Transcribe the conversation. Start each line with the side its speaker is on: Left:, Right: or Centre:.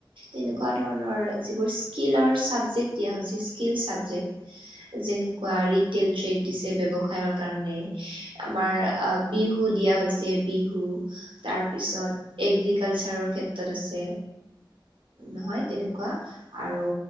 Right: তেনেকুৱা
Left: উম
Right: ধৰণৰ যিবোৰ স্কীলৰ ছাবজেক্ট দিয়া হৈছে স্কীল চাবজেক্ট। যেনেকুৱা
Left: উম
Right: ৰিটেল ট্ৰেড দিছে ব্যৱসায়ৰ কাৰণে। আমাৰ
Left: উম
Right: আ বিহু দিয়া হৈছে বিহু তাৰপিছত এগ্ৰিকালচাৰৰ ক্ষেত্ৰ তাত
Left: উম
Right: আছে নহয় তেনেকুৱা আৰু